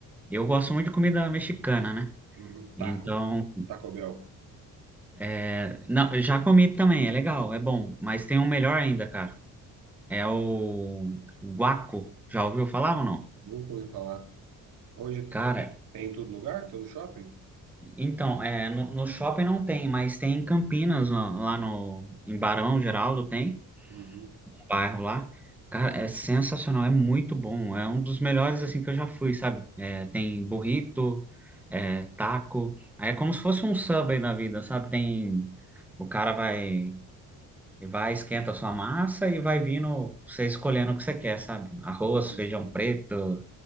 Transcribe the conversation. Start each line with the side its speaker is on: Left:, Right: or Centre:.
Centre: Eu gosto muito de comida mexicana, né?
Right: Uhum. Taco,
Centre: Então,
Right: Taco Bell.
Centre: É, não, eu já comi também, é legal, é bom, mas tem um melhor ainda, cara. É o guaco. Já ouviu falar ou não?
Right: Nunca ouvi falar. Hoje
Centre: Cara,
Right: tem em todo lugar, todo shopping?
Centre: então, é, no, no shopping não tem, mas tem em Campinas, lá lá no, em Barão Geraldo tem,
Right: Uhum,
Centre: um bairro lá. Cara, é sensacional, é muito bom, é um dos melhores assim que eu já fui, sabe? É, tem burrito, é, taco, aí é como se fosse um Subway da vida, sabe? Tem, o cara vai E vai, esquenta a sua massa e vai vindo você escolhendo o que você quer, sabe? Arroz,
Right: uhum.
Centre: feijão preto,